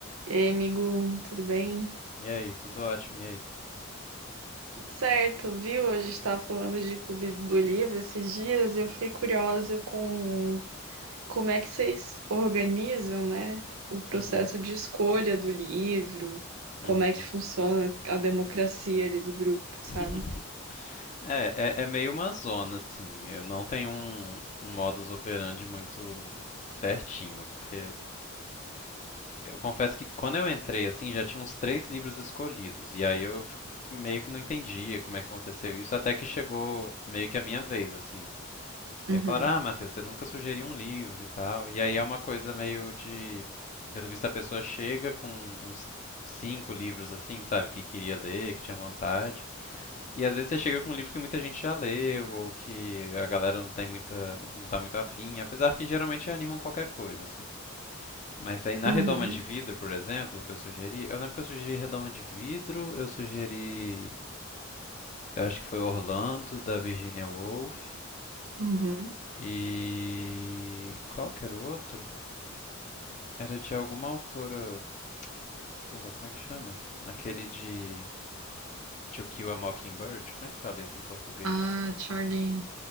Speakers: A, on the right; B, on the left.
A: E aí, amigo, tudo bem?
B: E aí, tudo ótimo, e aí?
A: Tudo Certo, viu? A gente estava falando de Clube do Livro esses dias e eu fiquei curiosa com como é que vocês organizam, né, o processo
B: Uhum,
A: de escolha do livro, como
B: uhum.
A: é que funciona a democracia ali do grupo, sabe?
B: <laughs> É, é, é meio uma zona, assim. Eu não tenho um, um modus operandi muito certinho, porque eu confesso que quando eu entrei, assim, já tinha uns três livros escolhidos, e aí eu f- meio que não entendia como é que aconteceu isso, até que chegou meio que a minha vez, assim.
A: Uhum,
B: E aí falaram, ah, Matheus, você nunca sugeriu um livro e tal. E aí é uma coisa meio de. Pelo visto, a pessoa chega com uns cinco livros assim, sabe? Que queria ler, que tinha vontade. E às vezes você chega com um livro que muita gente já leu, ou que a galera não tem muita, não tá muito afim, apesar que geralmente animam qualquer coisa, assim. Mas aí na
A: uhum,
B: Redoma de Vidro, por exemplo, que eu sugeri, eu lembro que eu sugeri Redoma de Vidro, eu sugeri, eu acho que foi Orlando, da Virginia Woolf,
A: uhum.
B: e qual que era o outro? Era de alguma autora. Porra, como é que chama? Aquele de To Kill a Mockingbird? Como é que fala isso em português?
A: Ah, Charlie,